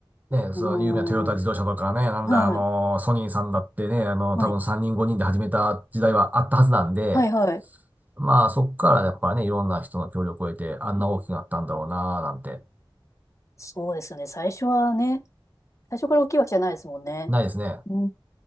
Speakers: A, on the right; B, on the left.
A: ね、その有名なトヨタ自動車とかね、
B: うーん。
A: なんだ、
B: はい。
A: あのーソニーさんだってね、あの多分3人、
B: はい。
A: 5人で始めた時代はあったはずなんで、
B: はい、はい。
A: まあ、そっからやっぱね、いろんな人の協力を得て、あんな大きくなったんだろうな、
B: うん
A: なんて、
B: そうですね。最初はね、最初から大きいわけじゃないですもんね。
A: ないですね。
B: うん。